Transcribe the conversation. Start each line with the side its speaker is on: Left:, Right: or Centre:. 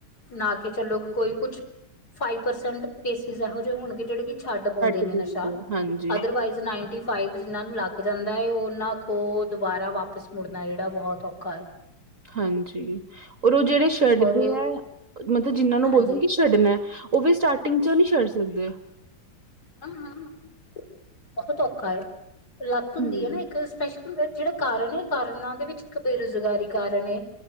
Left: ਨਾ ਕੇ ਚਲੋ ਗੇ ਕੋਈ ਕੁੱਛ ਫਾਇਵ ਪਰਸੇਂਟ ਕੈਸੇਸਿਸ ਇਹੋ ਜੇ ਹੋਣਗੇ ਜਿਹੜੇ ਕਿ ਛੱਡ ਪਾਉਂਦੇ ਨੇ
Right: ਦਿੰਦੇ
Left: ਨਸ਼ਾ
Right: ਆ ਹਾਂਜੀ,
Left: ਅਦਰਵਾਈਜ਼ ਨਾਇਨਟੀ ਫਾਈਵ ਜਿਨ੍ਹਾ ਨੂੰ ਲੱਗ ਜਾਂਦਾ ਹੈ ਉਹਨਾਂ ਕੋ ਦੁਬਾਰਾ ਵਾਪਿਸ ਮੁੜਨਾ ਣਾ ਬਹੁਤ ਔਖਾ ਐ।
Right: ਹਾਂਜੀ ਔਰ ਉਹ ਜਿਹੜੇ ਛੱਡਦੇ
Left: ਔਰ
Right: ਹੈ ਮਤਲਬ ਜਿੰਹਨਾਂ ਨੂੰ
Left: ਹਾਂਜੀ
Right: ਬੋਲਦੋ ਕਿ ਛੱਡਣਾ ਉਹ ਵੀ ਸਟਾਰਟਿੰਗ ਚੋਂ ਨਹੀਂ ਛੱਡ ਸਕਦੇ।
Left: ਹਾਂ-ਹਾਂਂ ਬਹੁਤ ਔਖਾ ਏ ਲੱਤ ਹੁੰਦੀ
Right: ਹੂੰ,
Left: ਏ ਨਾ ਇੱਕ ਸਪੈ ਜਿਹੜਾ ਕਾਰਨ ਏ ਕਾਰਨਾਂ ਦੇ ਵਿੱਚ ਇੱਕ ਬੇਰੋਜ਼ਗਾਰੀ ਕਾਰਨ ਏ।